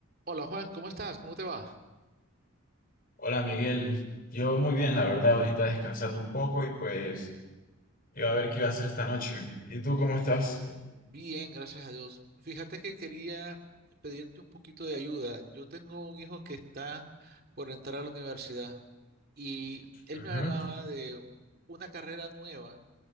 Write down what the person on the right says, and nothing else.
Hola Juan, ¿cómo estás? ¿Cómo te va?
Bien, gracias a Dios. Fíjate que quería pedirte un poquito de ayuda. Yo tengo un hijo que está por entrar a la universidad y él
me hablaba de una carrera nueva